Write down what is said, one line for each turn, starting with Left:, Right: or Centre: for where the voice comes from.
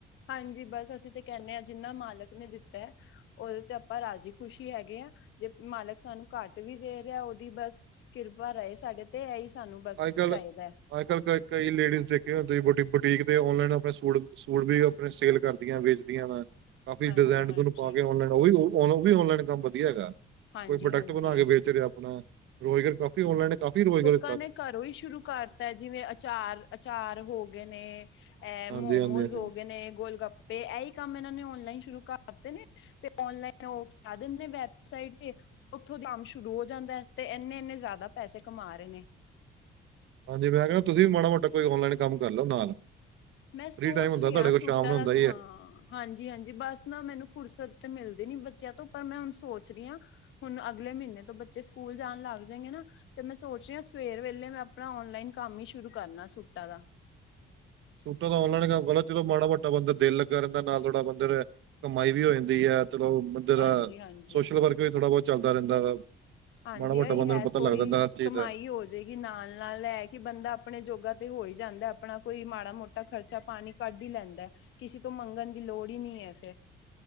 Left: ਹਾਂਜੀ, ਬਸ ਅਸੀਂ ਤੇ ਕਹਿੰਦੇ ਹਾਂ ਜਿੰਨਾ ਮਾਲਕ ਨੇ, ਦਿੱਤਾ ਹੈ ਉਹਦੇ ਚ ਆਪਾਂ ਰਾਜ਼ੀ ਖੁਸ਼ੀ ਹੈਗੇ ਆ, ਜੇ ਮਾਲਕ ਸਾਨੂੰ ਘੱਟ ਵੀ ਦੇ ਰਿਹਾ, ਉਹਦੀ ਬਸ ਕਿਰਪਾ, ਰਹੇ ਸਾਡੇ ਤੇ ਇਹੀ ਸਾਨੂੰ, ਬਸ
Right: ਅੱਜ ਕੱਲ
Left: ਚਾਹੀਦਾ ਹੈ।
Right: ਅੱਜ -ਕੱਲ੍ਹ ਕ ਕਈ ਲੇਡੀਜ਼ ਦੇਖੀਆਂ ਹੁਣ ਤੁਸੀਂ ਬੁਟੀਕ ਦੇ, ਔਨਲਾਈਨ ਆਪਣੇ ਸੂਟ ਸੂਟ ਵੀ, ਆਪਣੇ ਸੇਲ ਕਰਦੀਆਂ ਵੇਚਦੀਆਂ ਵਾ, ਕਾਫੀ
Left: ਹਾਂਜੀ
Right: ਡਿਜ਼ਾਇਨ
Left: ਹਾਂਜੀ
Right: ਤੁਹਾਨੂੰ ਪਾ ਕੇ ਔਨਲਾਈਨ ਉਹ ਵੀ, ਔਨ ਉਹ ਵੀ ਔਨਲਾਈਨ ਕੰਮ ਵਧੀਆ ਹੈਗਾ,
Left: ਹਾਂਜੀ
Right: ਕੋਈ ਪ੍ਰੋਡਕਟ
Left: ਹਾਂਜੀ
Right: ਬਣਾ ਕੇ, ਵੇਚ ਰਿਹਾ ਆਪਣਾ। ਰੁਜ਼ਗਾਰ ਕਾਫੀ ਔਨਲਾਨ, ਕਾਫ਼ੀ ਰੋਜ਼ਾਰ
Left: ਲੋਕਾ ਨੇ ਘਰੋਂ ਹੀ ਸ਼ੁਰੂ ਕਰਤਾ ਜਿਵੇਂ, ਅਚਾਰ- ਅਚਾਰ ਹੋ ਗਏ ਨੇ, ਇਹ
Right: ਹਾਂਜੀ
Left: ਮੋਮੋਸ
Right: ਹਾਂਜੀ ਹਾਂਜੀ
Left: ਹੋ ਗਏ ਨੇ, ਗੋਲ ਗੱਪੇ, ਇਹ ਹੀ ਕੰਮ ਇਹਨਾਂ ਨੇ ਓਨਲਾਈਨ, ਸ਼ੁਰੂ ਕਰਤੇ ਨੇ, ਤੇ ਔਨਲਾਈਨ, ਉਹ ਕਰ ਦਿੰਦੇ ਵੈਬਸਾਈਟ ਤੇ, ਉੱਥੋਂ ਕੰਮ ਸ਼ੁਰੂ ਹੋ ਜਾਂਦਾ, ਤੇ ਇੰਨੇ- ਇੰਨੇ ਜ਼ਿਆਦਾ ਪੈਸੇ ਕਮਾ ਰਹੇ ਨੇ,
Right: ਹਾਂਜੀ ਮੈਂ ਕਹਿ, ਤੁਸੀਂ ਵੀ ਮਾੜਾ- ਮੋਟਾ ਕੋਈ ਔਨਲਾਈਨ ਕੰਮ ਕਰ ਲਓ ਨਾਲ।
Left: ਮੈਂ, ਸੋਚ
Right: ਫ੍ਰੀ ਟਾਈਮ ਹੁੰਦਾ
Left: ਰਹੀ
Right: ਤੁਹਾਡੇ
Left: ਹਾ,
Right: ਕੋਲ
Left: ਸੂਟਾਂ
Right: ਸ਼ਾਮ ਨੂੰ ਹੁੰਦਾ
Left: ਦਾ
Right: ਹੀ
Left: ਹਾਂ
Right: ਹੈ
Left: ਹਾਂਜੀ- ਹਾਂਜੀ ਬਸ ਨਾ ਮੈਨੂੰ ਫੁਰਸਤ ਤੇ ਮਿਲਦੀ ਨਈ, ਬੱਚਿਆਂ ਤੋਂ ਪਰ ਮੈਂ ਹੁਣ ਸੋਚ ਰਹੀ ਹਾਂ। ਹੁਣ, ਅਗਲੇ ਮਹੀਨੇ ਤੋਂ ਬੱਚੇ, ਸਕੂਲ ਜਾਣ ਲੱਗ ਜਾਏਗੇ ਨਾ ਤੇ ਮੈਂ ਸੋਚ ਰਹੀ ਹਾਂ, ਸਵੇਰ ਵੇਲੇ ਮੈਂ ਆਪਣਾ ਆਨਲਾਈਨ ਕੰਮ ਹੀ, ਸ਼ੁਰੂ ਕਰਨਾ ਸੂਟਾਂ ਦਾ
Right: ਸੂਟਾਂ ਦਾ, ਔਨਲਾਈਨਕੰਮ ਕਰ ਲਓ ਨਾ ਚਲੋ ਮਾੜਾ- ਮੋਟਾ ਬੰਦੇ ਦਾ ਦਿਲ ਲੱਗਾ ਰਹਿੰਦਾ, ਨਾਲ ਥੋੜਾ ਬੰਦੇ ਨੂੰ ਏ, ਕਮਾਈ ਵੀ ਹੋ ਜਾਂਦੀ ਹੈ, ਚਲੋ ਬੰਦੇ ਦਾ
Left: ਹਾਂਜੀ ਹਾਂਜੀ
Right: ਸੋਸ਼ਲ ਵਰਕ ਵੀ ਥੋੜਾ- ਬਹੁਤ ਚੱਲਦਾ ਰਹਿੰਦਾ ਵਾ।
Left: ਹਾਂਜੀ,
Right: ਮਾੜਾ ਮੋਟਾ
Left: ਅਹੀ
Right: ਬੰਦੇ
Left: ਹੈ
Right: ਨੂੰ ਪਤਾ
Left: ਥੋੜ੍ਹੀ
Right: ਲੱਗ ਜਾਂਦਾ ਹਰ ਚੀਜ਼
Left: ਕਮਾਈ
Right: ਦਾ
Left: ਹੋ ਜ ਜਿਹਦੇ ਕਿ, ਨਾਲ- ਨਾਲ ਲੈ ਕੇ ਬੰਦਾ ਆਪਣੇ ਜੋੋਗਾ ਤੇ ਹੋ ਹੀ ਜਾਂਦਾ, ਆਪਣਾ ਕੋਈ ਮਾੜਾ -ਮੋਟਾ ਘਰ ਦਾ ਖਰਚਾ- ਪਾਣੀ ਕੱਢ ਹੀ ਲੈਂਦਾ, ਕਿਸੇ ਤੋਂ ਮੰਗਣ ਦੀ ਲੋੜ ਹੀ ਨਹੀਂ ਹੈ, ਫੇਰ।